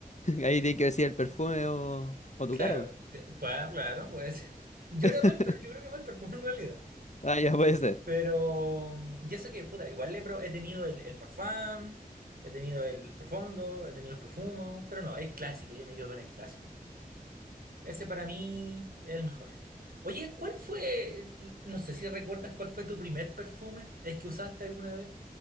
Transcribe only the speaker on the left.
Ahí tiene que decir el perfume o, o tu
cara. po.
<laughs>
Ah, ya puede ser.